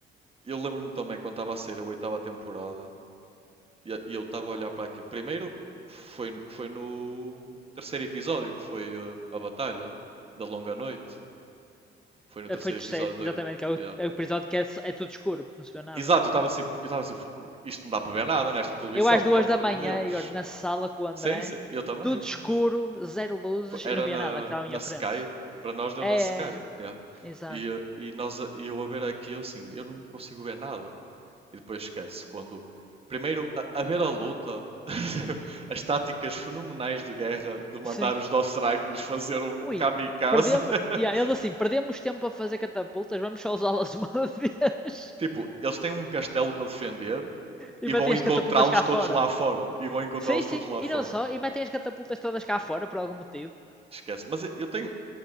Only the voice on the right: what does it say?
eu lembro-me também quando estava a sair a oitava temporada e eu estava a olhar para aquilo. Primeiro foi, foi no terceiro episódio que foi eh, a batalha da Longa Noite. Foi no terceiro
episódio
da
oit-
yeah.
Exato, eu estava assim, eu estava assim, isto não dá para ver nada nesta televisão,
por amor
de Deus.
Sim, sim, eu também,
eu
também.
Fo- Era
na,
na
Sky,
para nós deu
na Sky,
yeah.
E, eh, e, nós, a- e eu a ver aqui, eu assim, eu não consigo ver nada. E depois esquece, quando... Primeiro, a, a ver a luta, <laughs> as táticas fenomenais de guerra de mandar
os Dothrakis fazer um
kamikaze.
<laughs>
Tipo, eles têm um castelo para defender
e
vão encontrá-los
todos
lá fora. E vão encontrá-los
todos lá
fora.
Esquece. Mas eu eu tenho,